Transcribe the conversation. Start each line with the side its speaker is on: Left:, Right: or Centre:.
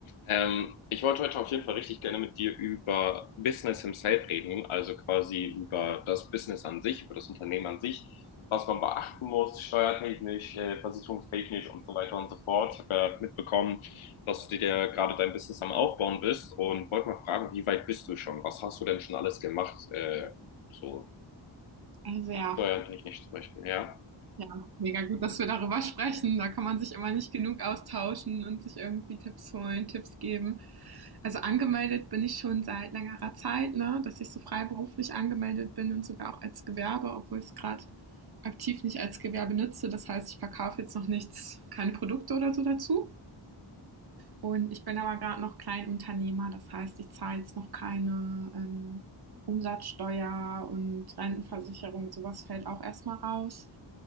Left: Ähm, ich wollte heute auf jeden Fall richtig gerne mit dir über Business himself reden, also quasi über das Business an sich, über das Unternehmen an sich, was man beachten muss, steuertechnisch, äh, versicherungstechnisch und so weiter und so fort. Ich habe ja mitbekommen, dass du dir gerade dein Business am Aufbauen bist und wollte mal fragen, wie weit bist du schon? Was hast du denn schon alles gemacht? Äh, so
Right: Also ja,
Left: steuertechnisch zum Beispiel, ja?
Right: ja, mega gut, dass wir darüber sprechen. Da kann man sich immer nicht genug austauschen und sich irgendwie Tipps holen, Tipps geben. Also angemeldet bin ich schon seit längerer Zeit, ne, dass ich so freiberuflich angemeldet bin und sogar auch als Gewerbe, obwohl ich es gerade aktiv nicht als Gewerbe nutze. Das heißt, ich verkaufe jetzt noch nichts, keine Produkte oder so dazu. Und ich bin aber gerade noch Kleinunternehmer, das heißt, ich zahle jetzt noch keine, ähm, Umsatzsteuer und Rentenversicherung, sowas fällt auch erstmal raus.